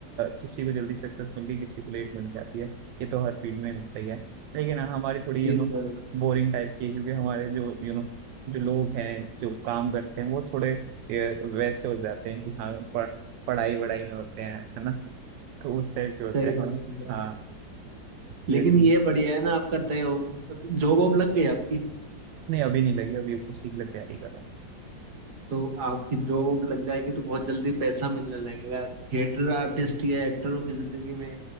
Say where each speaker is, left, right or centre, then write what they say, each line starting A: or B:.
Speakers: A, on the right; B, on the right.
A: किसी को जल्दी सक्सेस मिल गई किसी को लेट मिल जाती है ये तो हर फील्ड में होता ही है लेकिन हाँ, हमारी थोड़ी यू
B: ये
A: नो
B: तो
A: बोरिंग टाइप की है क्योंकि हमारे जो यू नो जो लोग हैं जो काम करते हैं वो थोड़े ये, वैसे हो जाते हैं कि हाँ पढ़, पढ़ाई वढ़ाई में होते हैं है ना तो उस टाइप के होते
B: सही
A: हैं हम
B: बात है।
A: हाँ ये
B: लेकिन
A: सीन
B: ये बढ़िया है ना आपका तय हो जॉब वॉब लग गई आपकी
A: नहीं अभी नहीं लगी अभी उसी के लिए तैयारी कर रहा
B: तो आपकी जॉब लग जाएगी तो बहुत जल्दी पैसा मिलने लगेगा थिएटर आर्टिस्ट या एक्टरों की जिंदगी में